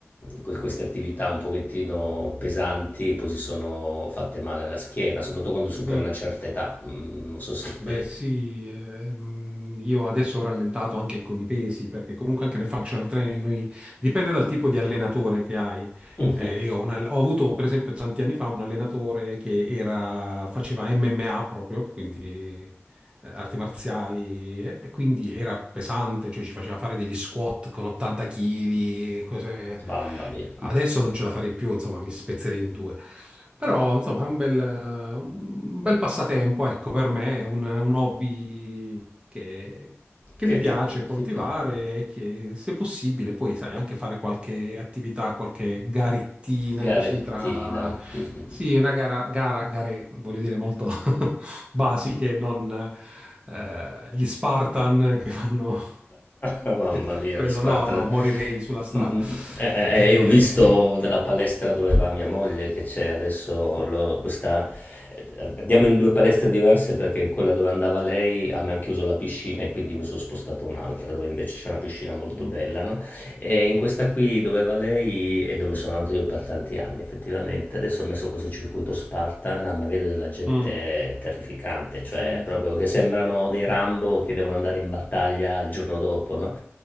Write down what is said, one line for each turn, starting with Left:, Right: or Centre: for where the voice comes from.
Left: que- queste attività un pochettino pesanti, poi si sono fatte male alla schiena, soprattutto quando superi
Right: Mm.
Left: una certa età. Mm, Non so se te...
Right: Beh sì, ehm, io adesso ho rallentato anche con i pesi, perché comunque anche nel functional training noi- dipende dal tipo di allenatore che hai.
Left: Mhm.
Right: Eh, io ho, un al- ho avuto per esempio tanti anni fa un allenatore che era- faceva MMA proprio, quindi eh, arti marziali, eh, e quindi era pesante, cioè ci faceva fare degli squat con 80 kg, cose...
Left: Mamma mia,
Right: Adesso non ce la farei più, insomma mi spezzerei in due. Però, insomma, è un bel, un bel passatempo, ecco, per me, è un, un hobby che, che
Left: che
Right: mi
Left: ti,
Right: piace coltivare
Left: ti piace?
Right: e che, se possibile, poi, sai, anche fare qualche attività, qualche garettina,
Left: Garettina.
Right: così tra...
Left: <laughs>
Right: Sì, una gara, gara, gare, voglio dire, molto <laughs> basiche, non eh, gli Spartan che fanno <laughs>
Left: Mamma mia,
Right: quello,
Left: gli Spartan.
Right: no, no, morirei sulla strada.
Left: Mh-mh. Eh, eh,
Right: Eh,
Left: eh, io ho visto
Right: quindi...
Left: nella palestra dove va mia moglie che c'è adesso lo- questa... eh, Andiamo in due palestre diverse perché quella dove andava lei a me hanno chiuso la piscina e quindi mi sono spostato un'altra dove invece c'è una piscina molto
Right: Mm.
Left: bella, no? E in questa qui dove va lei e dove sono andato io per tanti anni, effettivamente. Adesso ho messo questo circuito Spartan, ma vedo della gente
Right: Mm,
Left: terrificante, cioè
Right: sì,
Left: proprio
Right: sì,
Left: che sembrano dei Rambo che devono andare in battaglia il giorno dopo, no?